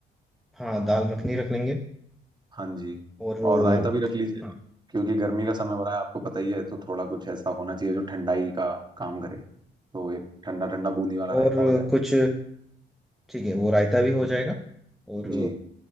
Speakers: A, in the centre; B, on the right.
A: हाँ दाल मखनी रख लेंगे
B: हाँ जी
A: और
B: और रायता भी रख लीजिए
A: अ, हाँ
B: क्योंकि गर्मी का समय हो रहा है आपको पता ही है तो थोड़ा कुछ ऐसा होना चाहिए जो ठंडाई का काम करे तो एक ठंडा ठंडा बूंदी वाला रायता
A: और
B: हो
A: अ,
B: जाए
A: कुछ ठीक है वो रायता भी हो जाएगा और
B: जी